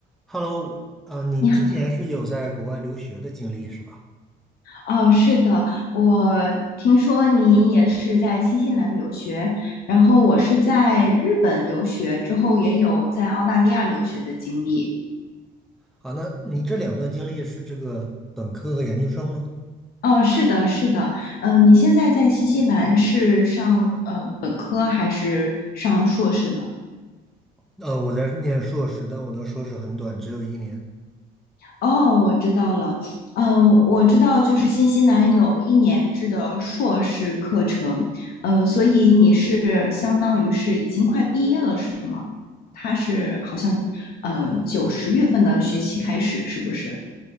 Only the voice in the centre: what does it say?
Hello，呃，你之前是有在国外留学的经历是吧？
啊，那你这两段经历是这个本科和研究生吗？
呃，我在念硕士，但我的硕士很短，只有一年。